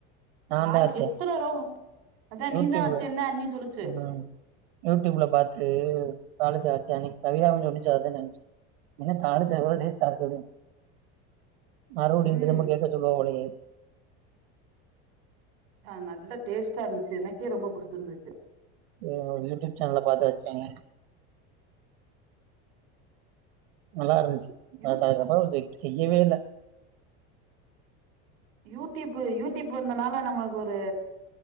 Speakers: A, on the right; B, on the right.
A: நான்
B: நா
A: தான் வச்சேன்.
B: எத்தன தடவ அதா
A: யூடியூப்
B: நீ தா தின்ன அண்ணி சொல்லச்சு
A: ம் யூடியூப்ல பாத்து தாளிச்சு வச்சே அன்னைக்கு கவிதாவு சொன்னிச்சு அததா சொன்னிச்சு என்ன தாளிச்ச அப்புறோ டேஸ்டா இருக்குனு மறுபடியு
B: ம்
A: திரும்ப கேக்க சொல்லுவா போலயே
B: ஆ நல்லா டேஸ்ட்டா இருந்துச்சு எனக்கே ரொம்ப புடிச்சிருந்துச்சு
A: எ யூடியூப் சேனல்ல பாத்து வச்சேங்க நல்லாருந்துச்சு
B: யூத்
A: அடாக் <unintelligible> செக் ச்சி இவே இல்ல
B: யூடியூப்பு யூடியூப்பு வந்தனால நம்மளுக்கு ஒரு